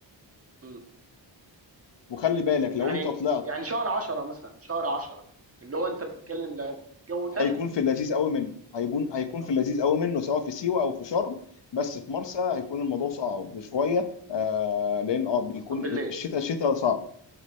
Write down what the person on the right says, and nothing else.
مم.
يعني
يعني شهر 10 مثلا شهر 10 اللي هو انت بتتكلم لا جو تلج
اه
خاصه بالليل